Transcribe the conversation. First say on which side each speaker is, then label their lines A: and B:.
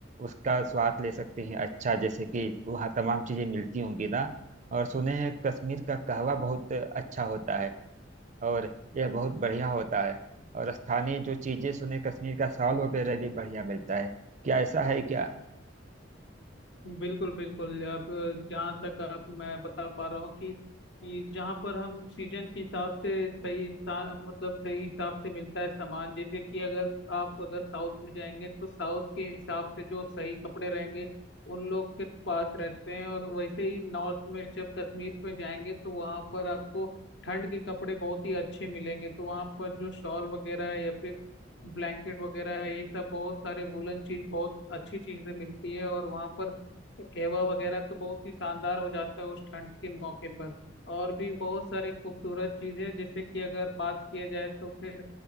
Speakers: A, on the right; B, on the left.
A: उसका स्वाद ले सकते हैं अच्छा जैसे कि वहाँ तमाम चीजें मिलती होंगी ना और सुने हैं कश्मीर का कहवा बहुत अच्छा होता है और यह बहुत बढ़िया होता है और स्थानीय जो चीजें सुने कश्मीर का शॉल वगैरह भी बढ़िया मिलता है क्या ऐसा है क्या
B: बिल्कुल बिल्कुल आप जहाँ तक आप मैं बता पा रहा हूँ कि कि जहाँ पर हम सीजन के हिसाब से सही इंसान मतलब सही हिसाब से मिलता है सामान जैसे कि अगर आप अगर साउथ में जाएंगे तो साउथ के हिसाब से जो सही कपड़े रहेंगे उन लोग के पास रहते हैं और वैसे ही नॉर्थ में जब कश्मीर में जाएंगे तो वहाँ पर आपको ठंड के कपड़े बहुत ही अच्छे मिलेंगे तो वहाँ पर जो शॉल वगैरह है या फिर ब्लैंकेट वगैरह है, ये सब बहुत सारे वुलन चीज बहुत अच्छी चीजें मिलती है और वहाँ पर कहवा वगैरह तो बहुत ही शानदार हो जाता है उस ठंड के मौके पर और भी बहुत सारे खूबसूरत चीजें जैसे कि अगर बात किया जाए तो फिर